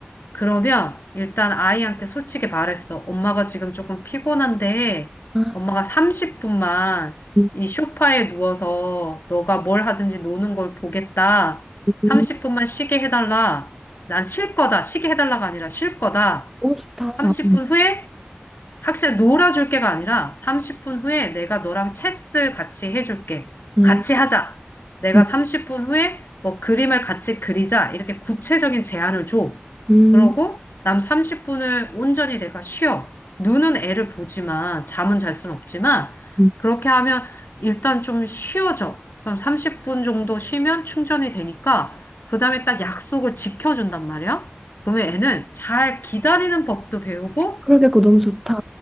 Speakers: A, on the left (about 60°); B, in the centre.
A: 그러면 일단 아이한테 솔직히 말했어. 엄마가 지금 조금 피곤한데
B: 아,
A: 엄마가 30분만
B: 음,
A: 이 소파에 누워서 너가 뭘 하든지 노는 걸 보겠다. 30분만
B: 음.
A: 쉬게 해달라. 난 쉴 거다. 쉬게 해달라가 아니라 쉴 거다.
B: 너무 좋다.
A: 30분
B: 음.
A: 후에 학생 놀아줄 게가 아니라 30분 후에 내가 너랑 체스 같이 해줄게.
B: 음.
A: 같이 하자. 내가
B: 음,
A: 30분 후에 뭐 그림을 같이 그리자. 이렇게 구체적인 제안을 줘.
B: 음,
A: 그러고 남 30분을 온전히 내가 쉬어. 눈은 애를 보지만 잠은 잘 수는 없지만
B: 음.
A: 그렇게 하면 일단 좀 쉬어져. 그럼 30분 정도 쉬면 충전이 되니까 그다음에 딱 약속을 지켜준단 말이야. 그러면 애는 잘 기다리는 법도 배우고
B: 그러게 그거 너무 좋다.